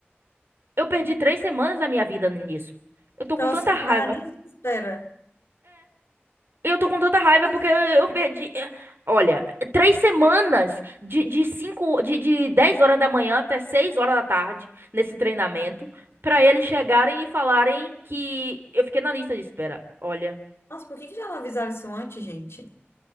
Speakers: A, on the right; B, on the left.
A: Eu perdi três semanas da minha vida nisso. Eu tô
B: Pra
A: com tanta
B: você ficar
A: raiva.
B: na lista de espera.
A: Eu tô com tanta raiva
B: Por que que não
A: porque
B: deixa-
A: eu perdi. eh, Olha, três semanas de, de cinco, de, de 10 horas da manhã até 6 horas da tarde nesse treinamento, pra eles chegarem e falarem que eu fiquei na lista de espera. Olha.
B: Nossa, por que que já não avisaram isso antes, gente?